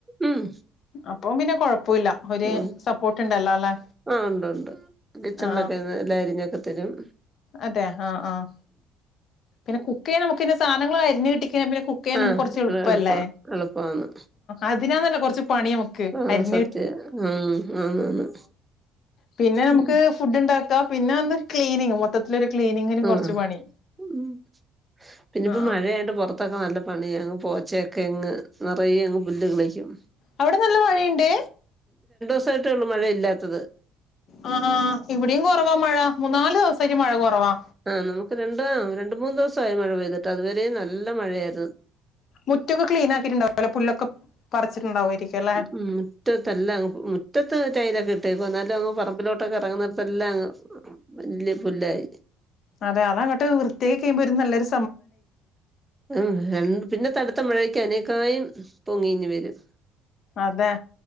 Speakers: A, on the right; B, on the left.
A: ഉം
B: അപ്പം പിന്നെ കൊഴ- പ്പുല്ലഒരു
A: ഉം
B: സപ്പോർട്ട് ഉണ്ടല്ലോ അല്ലെ
A: ആ ഉണ്ട് ഉണ്ട് കിച്ചണിലൊക്കെ
B: ആ
A: എല്ലാം അരിഞ്ഞൊക്കെത്തരും
B: അതെ ആഹ് ആഹ് പിന്നെ കുക്ക് ചെയ്യാ നമുക്കിങ്ങ് സാധനങ്ങൾ അരിഞ്ഞ് കിട്ടി പിന്നെ കുക്ക് ചെയ്യാൻ
A: ആ
B: കുറച്ച് എളുപ്പല്ലേ
A: എള് എളുപ്പ എളുപ്പാന്ന്
B: അതിനാന്നല്ല കുറച്ച് പണി നമുക്ക്
A: ആ
B: അരി-
A: സത്യ ആ ആന്ന് ആന്ന്
B: പിന്നെ നമുക്ക്
A: ഉം
B: ഫുഡ്ണ്ടാക്കാം പിന്നെ ക്ലീനിങ് മൊത്തത്തില ഒരു ക്ലീനിങ്ങിനും
A: ആ
B: കുറച്ചു പണി
A: ഉം പിന്നെപ്പോ
B: ആ ആ
A: മഴയായിട്ട് പുറത്തൊക്കെ നല്ല പണിയ അങ്ങ് പോ- ച്ചേയെക്കെ അങ്ങ് നിറയെങ്ങ് പുല്ല് കിളിക്കും
B: അവിടെ നല്ല മഴയുണ്ട്
A: തായിട്ടള്ളു മഴ ഇല്ലാത്തത്
B: ആ ഇവിടെയും കുറവാ മഴ മൂന്നാല് ദിവസായിട്ട് മഴ കുറവാ
A: ആ നമുക്ക് രണ്ട രണ്ട മൂന്നന്ന് ദിവസായി മഴ പെയ്തിട്ട് അതുവരെയും നല്ല മഴയായിരുന്നു
B: മുറ്റൊക്കെ ക്ലീൻ ആക്കിട്ടുണ്ടോ പുല്ലൊക്കെ പറിച്ചിട്ടുണ്ടാവുമായിരിക്കും അല്ലെ
A: ഉം മുറ്റത്തല്ലാം മുറ്റത്ത് ടൈലൊക്കെ ഇ- ട്ടേക്കുവ എന്നാലും അങ്ങ് പറമ്പിലോട്ടൊക്കെ ഇറങ്ങുന്ന ടുത്തെല്ലാം വല്യ പുല്ലായി
B: അതെ അത അങ്ങോട്ട് വൃത്തിയായി കഴിയയുമ്പോൽ ഒരു നല്ലരു
A: ഉം പിന്നെത്തെ അടുത്ത മഴക്ക് അതിനെ- ക്കായും പൊങ്ങിയിങ്ങ് വരും
B: അതെ